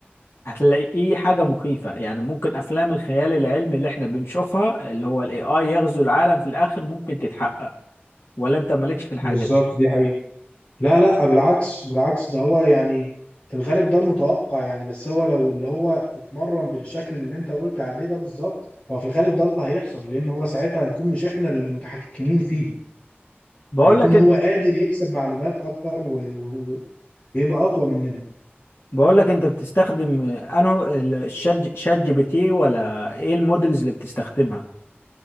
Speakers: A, on the left; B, on the left.
A: هتلاقيه حاجه مخيفه يعني ممكن افلام الخيال العلمي اللي احنا بنشوفها اللي هو الاي اي يغزو العالم في الاخر ممكن تتحقق ولا انت مالكش في الحاجه
B: بالظبط
A: دي
B: دي حقيقة لا لا بالعكس بالعكس ده هو يعني في الغالب ده المتوقع يعني بس هو لو اللي هو اتمرن بالشكل اللي أنت قلت عليه ده بالظبط هو في الغالب ده اللي هيحصل لأن هو ساعتها هنكون مش إحنا اللي متحكمين فيه
A: بقول
B: هيكون
A: لك
B: هو
A: انت
B: قادر يكسب معلومات أكتر و- و- ويبقى أقوى مننا
A: بقول لك انت بتستخدم انه الشات شات جي بي تي ولا ايه المودلز اللي بتستخدمها